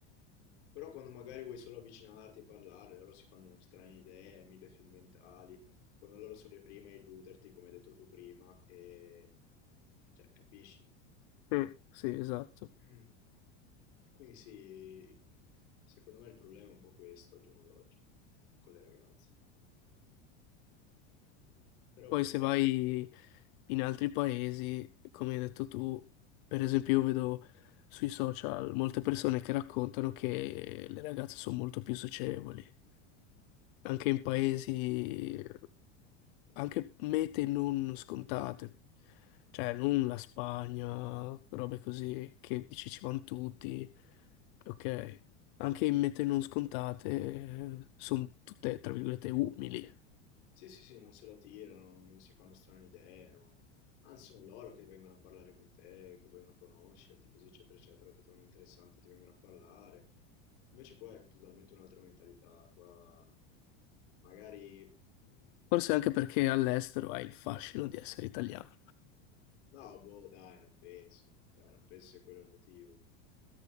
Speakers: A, on the left; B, on the left.
A: però quando magari vuoi solo avvicinarti e parlare, loro si fanno strane idee, mille film mentali, quando loro sono le prime a illuderti, come hai detto tu prima, e cioè, capisci?
B: Mm. Sì,
A: E-
B: esatto.
A: mm. Quindi sì, secondo me il problema è un po' questo al giorno d'oggi con le ragazze. Però
B: Poi
A: boh,
B: se vai in altri paesi, come hai detto tu, per esempio io vedo sui social molte persone che raccontano che le ragazze sono molto più socievoli. anche in paesi, anche mete non scontate, cioè non la Spagna, robe così che dici ci vanno tutti, ok, anche in mete non scontate sono tutte, tra virgolette, umili.
A: sì, sì, sì, non se la tirano, non, non si fanno strane idee, non- anzi sono loro che vengono a parlare con te, che vogliono conoscerti, così eccetera eccetera, ti trovano interessante, ti vengono a parlare. Invece qua è totalmente un'altra mentalità, qua magari... mh,
B: Forse anche perché all'estero hai il fascino di essere italiano.
A: No, boh, dai, non penso, cioè, non penso sia quello il motivo.